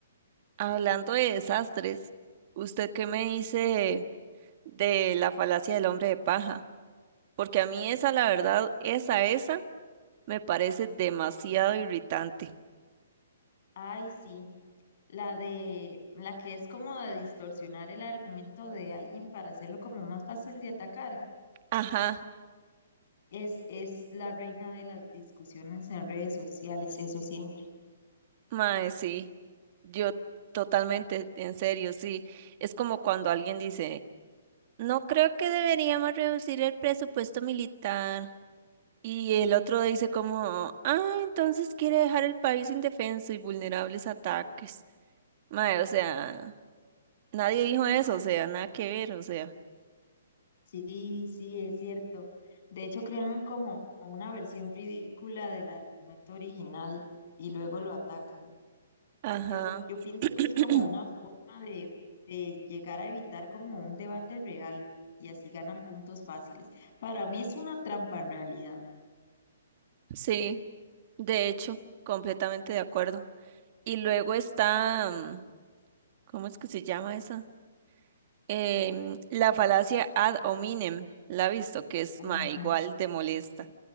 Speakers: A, on the right (about 30°); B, on the left (about 45°).
A: Hablando de desastres, ¿usted qué me dice de la falacia del hombre de paja? Porque a mí esa, la verdad, esa, esa, me parece demasiado irritante.
B: Ay, sí, la de la que es como de distorsionar el argumento de alguien para hacerlo como más fácil de atacar.
A: Ajá,
B: Es, es la reina de las discusiones en redes sociales, eso siempre.
A: mae, sí. Yo totalmente, en serio, sí. Es como cuando alguien dice, no creo que deberíamos reducir el presupuesto militar. Y el otro dice como, ah, entonces quiere dejar el país indefenso y vulnerables a ataques. Mae, o sea, nadie dijo eso, o sea, nada que ver, o sea.
B: Sí, sí, es cierto. De hecho, crean como una versión ridícula del argumento original y luego lo atacan.
A: Ajá.
B: Yo, yo pienso
A: <clears throat>
B: que es como una forma de, de llegar a evitar como un debate real y así ganan puntos fáciles. Para mí es una trampa en realidad.
A: Sí, de hecho, completamente de acuerdo. Y luego está, mm, ¿cómo es que se llama esa? Em, la falacia ad hominem, la ha visto, que es,
B: Ajá.
A: mae, igual de molesta.